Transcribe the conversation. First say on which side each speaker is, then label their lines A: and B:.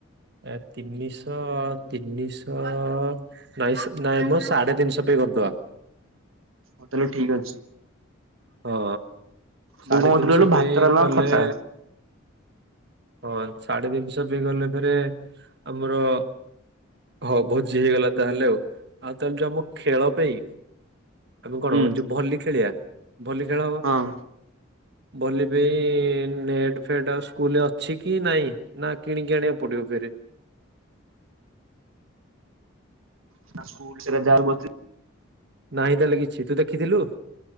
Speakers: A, on the right; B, on the right.
A: ଏ ତିନିଶହ ତିନିଶହ ନାଇଁ ସେ ନାଇଁ ମ ସାଢେ ତିନିଶହ ପାଇଁ କରିଦବା।
B: ହଉ ତାହାଲେ ଠିକ୍ ଅଛି।
A: ହଁ ସାଢେ
B: ମୁଁ କଣ କହୁଥିଲି
A: ତିନିଶହ
B: କହିଲୁ
A: ପାଇଁ
B: ଭାତ ଡାଲମା
A: କଲେ
B: ଖଟା
A: ହଁ ସାଢେ ତିନିଶହ ପାଇଁ କଲେ ଫେରେ ଆମର ହଁ ଭୋଜୀ ହେଇଗଲା ତାହେଲେ ଆଉ ଆଉ ତାହାଲେ ଯୋଉ ଆମ ଖେଳ ପାଇଁ ଆମେ କଣ
B: ହୁଁ
A: ଯୋଉ ଭଲି ଖେଳିବା ଭଲି ଖେଳ ହବ।
B: ହଁ
A: ଭଲି ପେଇଁ ନେଟ୍ ଫେଟ୍ ଆଉ ସ୍କୁଲରେ ଅଛି କି ନାଇଁ। ନା କିଣିକି ଆଣିବାକୁ ପଡିବ ଫେରେ।
B: ସେରା ସ୍କୁଲ୍ <unintelligible>
A: ନାହିଁ ତାହେଲେ କିଛି ତୁ ଦେଖିଥିଲୁ।